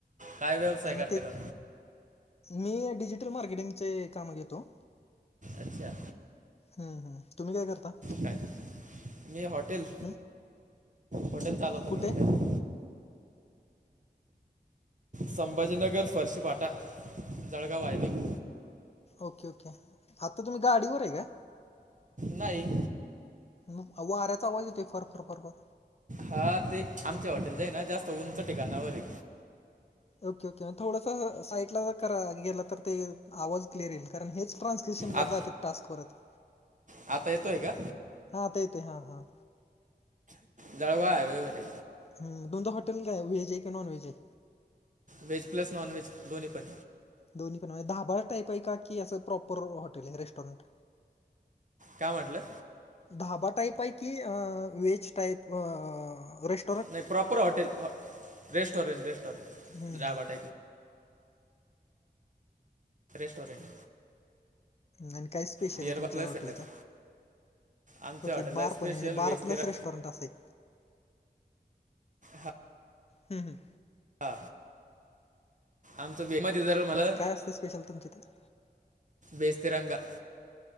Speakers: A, on the right (about 50°); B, on the left (about 40°).
A: काय व्यवसाय
B: आणि
A: करते
B: मग ते
A: का.
B: मी डिजिटल मार्केटिंगचे काम घेतो.
A: अच्छा.
B: हम तुम्ही काय करता.
A: काय मी हॉटेल
B: हं?
A: हॉटेल चालवतो
B: कुठे
A: मी हॉटेल. <inaudible> संभाजीनगर फर्शीफाटा जळगाव हाय मी.
B: ओके ओके, आत्ता तुम्ही गाडीवर आहे का?
A: नाही.
B: मग वाऱ्याचा आवाज येतोय, फर फर फर फार.
A: हा ते आमच्या हॉटेलच आहे ना जास्त उंच ठिकाणावर हे.
B: ओके ओके थोडस साईटला जर करा गेलं तर ते आवाज. क्लियर येत, कारण हे च ट्रान्सस्क्रीप्शनला
A: आत
B: जाते टास्क परत.
A: आता येतोय का.
B: हा आता येतोय हा हा.
A: जाळवा हाय व्हाय व्हय रे.
B: ह दोनदा हॉटेल काय वहेज आहे की नॉन व्हेज आहे.
A: वेज प्लस नॉनवेज दोनही पण.
B: दोन्ही पण व्हय दहाबा टाईप आहे का की असं प्रॉपर हॉटेल आहे रेस्टॉरंट.
A: काय म्हटलं.
B: ढाबा टाईप आहे की वेज टाईप रेस
A: नाही प्रॉपर हॉटेल, रेस्टॉरेंट, Restaurant
B: हं.
A: dhaba type restaurant.
B: आणि काय स्पेशल
A: बियर
B: आहे तुमच्या
A: प्लस
B: हॉटेलचं.
A: यायला का आमच्या
B: ओके
A: हॉटेलला
B: बारपणे
A: स्पेशल
B: आणि बारप्लस
A: व्हेज तिरा
B: रेस्टॉरंट असं हे.
A: हा.
B: हम्म हम्म.
A: हा. आमचं बी आहे मधी जरा मला
B: काय असते स्पेशल तुमच्या इथं
A: बेस तिरंगा